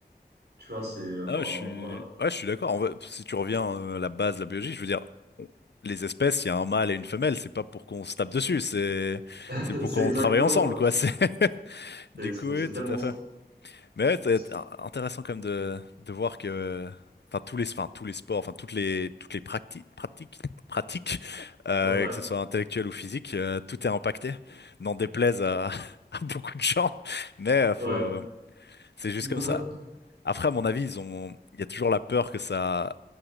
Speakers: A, on the right; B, on the left.
A: tu vois, c'est, enfin,
B: Ah, je suis,
A: voilà,
B: ouais, je suis d'accord. En vrai, si tu reviens euh, à la base de la biologie, je veux dire, les espèces, il y a un mâle et une femelle, c'est pas pour qu'on se tape dessus, c'est,
A: <laughs>
B: c'est pour
A: c'est
B: qu'on
A: exactement,
B: travaille ensemble,
A: ouais.
B: quoi. C'est, <laughs>
A: C'est-
B: du coup,
A: mais
B: oui,
A: c'est tellement
B: tout à
A: ça.
B: fait. Mais ouais, c'est
A: C'est-
B: in- intéressant quand même de, de voir que, enfin, tous les, enfin, tous les sports, enfin, toutes les, toutes les pratiques, pratiques, pratiques, euh,
A: Ouais,
B: que ce soit intellectuel ou physique, euh, tout est impacté. N'en déplaise à, <laughs> à beaucoup de gens, mais euh, faut,
A: ouais.
B: c'est juste
A: <laughs>
B: comme ça. Après, à mon avis, ils ont, il y a toujours la peur que ça